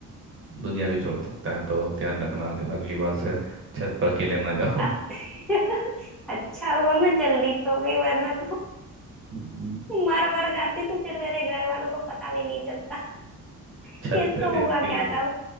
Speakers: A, on the right (about 35°); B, in the centre.
A: दुनिया भी छोड़ सकता है तो ध्यान रखना कि अगली बार से छत पर अकेले ना जाओ
B: अ- <laughs> अच्छा हुआ मैं जल्दी सो गई वरना तो
A: हम्म।
B: मर वर जाती तो फिर मेरे घर वालों को पता भी नहीं चलता <laughs> कि
A: छत
B: इसको
A: पे थे
B: हुआ
A: तीन
B: क्या
A: दिन
B: था